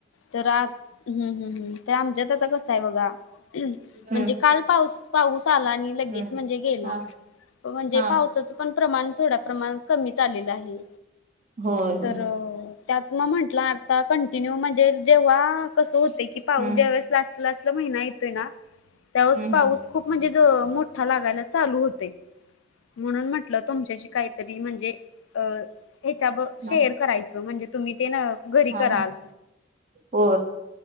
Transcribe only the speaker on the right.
हम्म
हम्म
हा
हा
होय होय
हम्म
हम्म
हम्म
हा
हा
हा हो